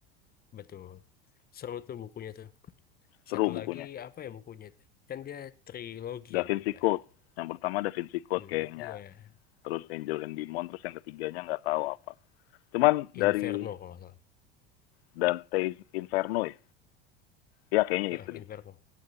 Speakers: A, on the left; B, on the left.
A: betul. Seru tuh bukunya tuh.
B: seru
A: Satu
B: bukunya
A: lagi apa ya bukunya itu? Kan dia trilogi
B: Da
A: ya
B: Vinci
A: kalau nggak
B: Code
A: salah. ya.
B: yang pertama Da Vinci Code
A: Hmm,
B: kayaknya
A: dia
B: terus Angel and Demon terus yang ketiganya nggak tahu apa cuman dari
A: Inferno kalau nggak salah.
B: dan Taste Inferno ya ya kayaknya
A: Heeh,
B: itu
A: Inferno.
B: deh